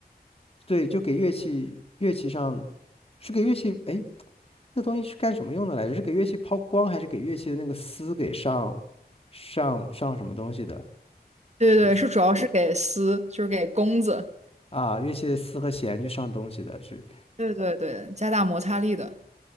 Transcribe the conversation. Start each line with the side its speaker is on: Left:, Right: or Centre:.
Left: 对，就给乐器乐器上是给乐器哎，那东西是干什么用的来着？是给乐器抛光，还是给乐器的那个丝给上上上什么东西的？
Right: 对对对，
Left: 是不是
Right: 是主要是给丝，就是给弓子。
Left: 啊？乐器的丝和弦去上东西的是，
Right: 对对对，加大摩擦力的。